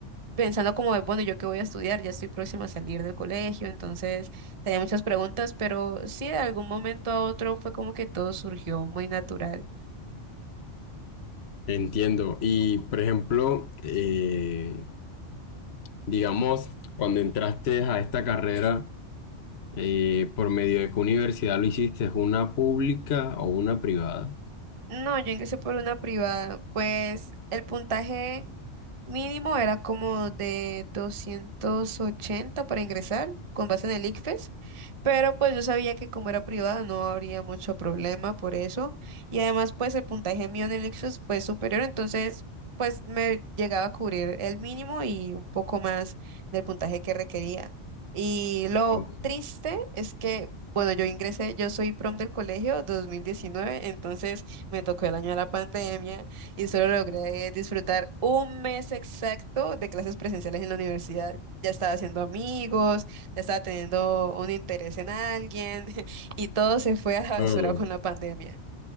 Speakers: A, on the right; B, on the left.
A: pensando como de, bueno, ¿yo qué voy a estudiar? Ya estoy próxima a salir del colegio, entonces tenía muchas preguntas, pero sí, de algún momento a otro fue como que todo surgió muy natural.
B: Entiendo. Y, por ejemplo, eh, digamos, cuando entraste a esta carrera, eh, ¿por medio de qué universidad lo hiciste? ¿Una pública o una privada?
A: No, yo ingresé por una privada, pues el puntaje... Mínimo era como de 280 para ingresar con base en el ICFES, pero pues yo sabía que como era privada no habría mucho problema por eso y además pues el puntaje mío en el ICFES fue superior, entonces pues me llegaba a cubrir el mínimo y un poco más del puntaje que requería. Y lo
B: Ok.
A: triste es que, bueno, yo ingresé, yo soy prom del colegio 2019, entonces me tocó el año de la pandemia y solo logré disfrutar un mes exacto de clases presenciales en la universidad. Ya estaba haciendo amigos, ya estaba teniendo un interés en alguien <laughs> y todo se fue a la
B: Mm.
A: basura con la pandemia.